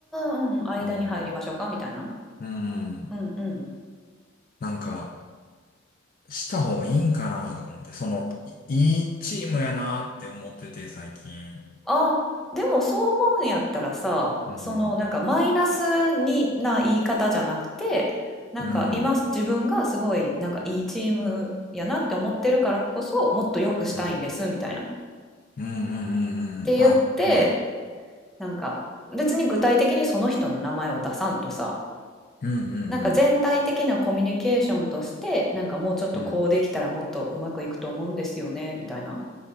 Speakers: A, in the centre; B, on the left.
A: あ、うんうん、間に入りましょうかみたいな。
B: もう、うん。
A: うんうん。
B: なんか、した方がいいんかなとか思って、その、いいいチームやなって思ってて、最近。
A: あ、でもそう思うんやったらさ、
B: うん。
A: そのなんかマイナスにな言い方じゃなくて、なんか今自分がすごいなんかいいチームやなって思ってるからこそもっと良くしたいんですみたいな。
B: うん。うん。
A: っ
B: うんうんうんうんうん。
A: て言って
B: あ、うん。
A: なんか別に具体的にその人の名前を出さんとさ
B: うんうん
A: なんか全体的なコミュニケーションとしてなんかもうちょっとこうできたらもっとうまくいくと思うんですよねみたいなっ
B: うん。うん。